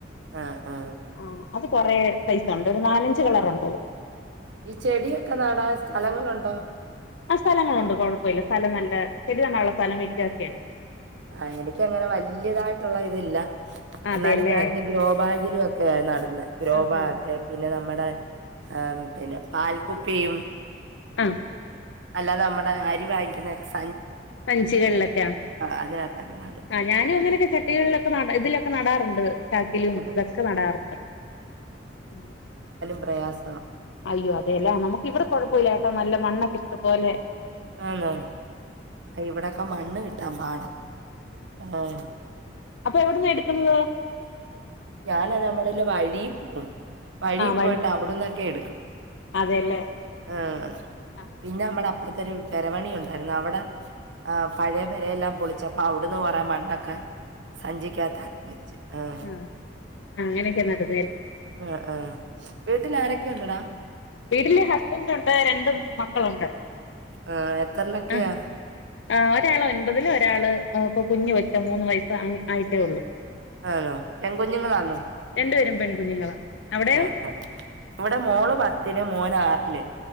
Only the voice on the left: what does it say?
ആഹ് അത് കൊറേ സൈസ് ഉണ്ട് ഒരു നാലഞ്ച് കളറും.
ആഹ് സ്ഥലങ്ങളുണ്ട് കൊഴപ്പവില്ലാ സ്ഥലം നല്ല ചെടി നടാനുള്ള സ്ഥലം മുറ്റം ഒക്കെയുണ്ട്.
അതെല്ലേ
ആഹാ
ഉം
സഞ്ചികളിൽ ഒക്കെയോ
ആഹ് ഞാനും അങ്ങനെയൊക്കെ തന്നെ ചട്ടികളിൽ ഒക്കെ നടു ഇതിലൊ ഒക്കെ നടറുണ്ട്. ചാക്കിലും
ദക്കെ നടാറുണ്ട് ഉം
അയ്യോ അതെല്ലേ നമുക്ക് ഇവിടെ കുഴപ്പല്ല നല്ല മണ്ണൊക്കെ ഇശ്ടം പോലെ
അപ്പൊ <unintelligible>
ആഹ് വഴു
അതെല്ലേ
ആഹ്
ങാ അങ്ങനൊക് എന്നട്ട്
വീട്ടില് ഹസ്ബൻഡൊണ്ട് രണ്ടു മക്കളുണ്ട്.
ആഹ് ആ ഒരാള് ഒൻപതില് ഒരാള് ഇപ്പൊ കുഞ്ഞ് കൊച്ചാ മൂന്ന് വയസ്സ് ആയിട്ടേള്ളു
രണ്ടുപേരും പെൺകുഞ്ഞുങ്ങളാ അവിടെയോ